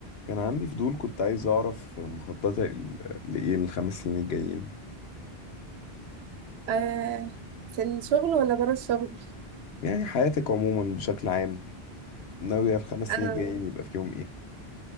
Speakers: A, on the left; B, on the right.
A: كان عندي فضول كنت عايز أعرف مخططك ل- لإيه الخمس سنين الجايين
B: آه في الشغل ولا بره الشغل
A: يعني حياتك عموما بشكل عام ناوية الخمس
B: انا
A: سنين الجايين يبقى فيهم إيه